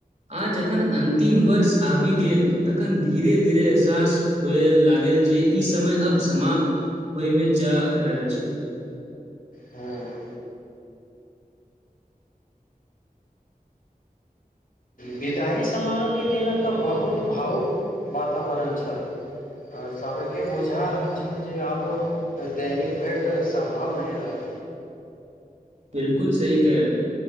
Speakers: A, on the right; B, on the left.
A: आ जखन अन्तिम वर्ष आबि गेल तखन धीरे धीरे एहसास होय लागल जे ई समय अब समाप्त होयमे जा रहल अछि।
B: हूँ विदाइी समारोहके दिना तऽ बहुत भावुक वातावरण छल। सबके बुझा रहल छल जे आब त दैनिक भेँट सम्भव नहि रहल।
A: बिलकुल सही कहल